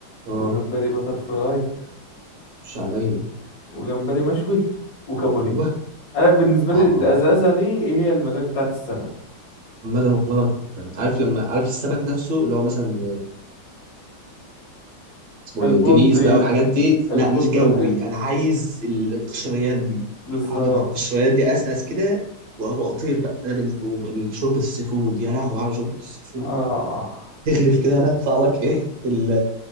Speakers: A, on the right; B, on the left.
A: اه
B: وجمبري بتر فراي
A: خش عليا
B: وجمبري مشوي وكابوري
A: ايوه
B: انا بالنسبة لي
A: اه
B: الازازة دي هي المزاج بتاعت السمك
A: عامة والله أنا- عارف لما عارف السمك نفسه اللي هو مثلا اسمه
B: البلطي
A: ايه دينيز بقى والحاجات دي
B: البلطي
A: لا مش جوي
B: والحاجات دي
A: انا عايز القشريات دي
B: بالظبط
A: اقعد مع القشريات دي ازقز كده واروح اطير بقى انا بالنسبه وب- شوربه السي فود يا لهوي على شوربه السي فود
B: اه
A: تغرف كده انا يطلع لك ايه ال-